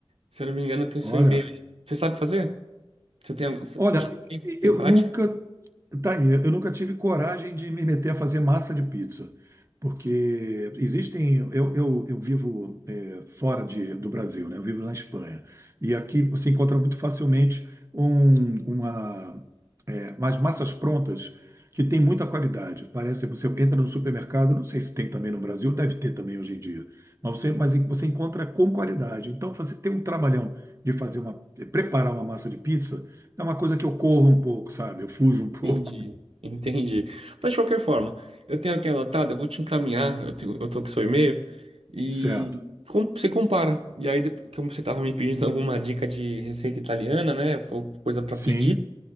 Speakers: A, on the right (about 85°); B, on the right (about 30°).
A: Se eu não me engano, tem o seu
B: Olha,
A: e-mail. aí. Você sabe fazer? Você tem, algum- você
B: olha,
A: já fez?
B: eu
A: tem prática?
B: nunca Tá aí, eu nunca tive coragem de me meter a fazer massa de pizza, porque existem. Eu, eu, eu vivo eh, fora de, do Brasil, né? Eu vivo na Espanha. E aqui você encontra muito facilmente um, uma, eh, umas massas prontas que tem muita qualidade. Parece que você entra no supermercado, não sei se tem também no Brasil, deve ter também hoje em dia, mas você, mas você encontra com qualidade. Então você tem um trabalhão de fazer uma, preparar uma massa de pizza. É uma coisa que eu corro um pouco, sabe? Eu fujo um <laughs> pouco.
A: Entendi, entendi. Mas de qualquer forma, eu tenho aqui anotado, eu vou te encaminhar, eu, tenho, eu tô com o seu e-mail, e
B: Certo.
A: com- você compara. E aí, depois, como você tava me pedindo alguma dica de receita italiana, né? Ou coisa para
B: Sim,
A: pedir,